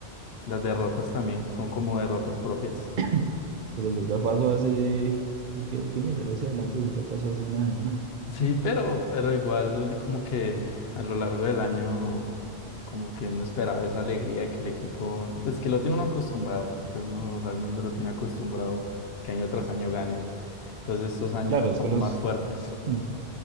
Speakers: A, on the left; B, on the right.
A: las derrotas también son como derrotas propias.
B: <clears throat> Pero eso ya pasó hace, hay que, hay que mirar hacia adelante, eso ya pasó hace una semana.
A: Sí, pero, pero igual como que a lo largo del año como que uno esperaba esa alegría que el equipo, pues que lo tiene uno acostumbrado, porque uno realmente lo tiene acostumbrado que año tras año gane. Entonces estos años
B: Claro,
A: son como
B: es que los,
A: más fuertes.
B: Mm.